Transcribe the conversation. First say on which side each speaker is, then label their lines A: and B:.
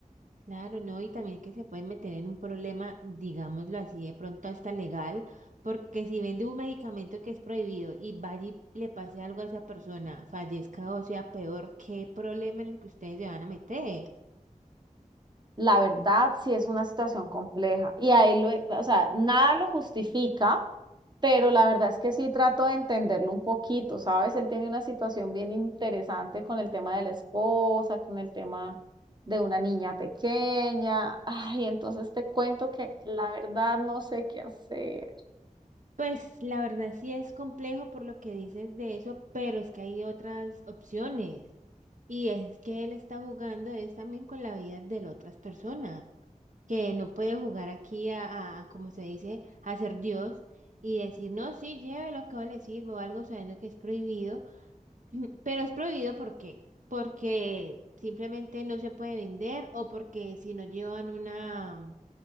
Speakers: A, on the right; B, on the right.
A: Claro, ¿no? Y también que se pueden meter en un problema, digámoslo así, de pronto hasta legal, porque si vende un medicamento que es prohibido y vaya y le pase algo a esa persona, fallezca o sea peor, ¿qué problema en el que ustedes se van a meter?
B: La verdad, sí es una situación compleja y ahí lo, o sea, nada lo justifica, pero la verdad es que sí trato de entenderlo un poquito, ¿sabes? Él tiene una situación bien interesante con el tema de la esposa, con el tema de una niña pequeña. Ay, entonces te cuento que la verdad no sé qué hacer,
A: Pues la verdad sí es complejo por lo que dices de eso, pero es que hay otras opciones. Y es que él está jugando es también con la vida de las otras personas, que no puede jugar aquí a, a- a, como se dice, a ser Dios y decir, no, sí, lleve lo que yo le sirvo o algo sabiendo que es prohibido. <clears throat> Pero es prohibido ¿por qué? Porque simplemente no se puede vender o porque si no llevan una